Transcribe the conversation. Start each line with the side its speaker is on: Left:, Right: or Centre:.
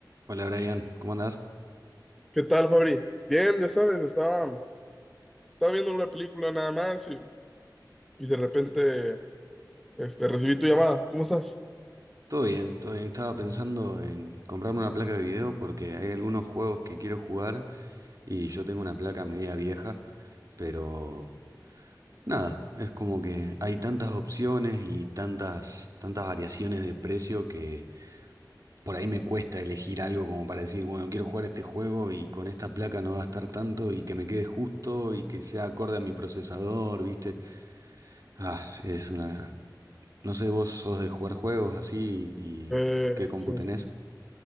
Right: Hola Brian, ¿cómo andás?
Centre: ¿Qué tal, Fabri? Bien, ya sabes, estaba, estaba viendo una película nada más y, y de repente este, recibí tu llamada. ¿Cómo estás?
Right: Todo bien, todo bien. Estaba pensando en comprarme una placa de video porque hay algunos juegos que quiero jugar y yo tengo una placa media vieja, pero nada, es como que hay tantas opciones y tantas, tantas variaciones de precio que por ahí me cuesta elegir algo como para decir, bueno, quiero jugar este juego y con esta placa no gastar tanto y que me quede justo y que sea acorde a mi procesador, ¿viste? Ah, es una No sé, vos sos de jugar juegos así y
Centre: Eh,
Right: qué compu
Centre: sí,
Right: tenés.
Centre: sí, sí.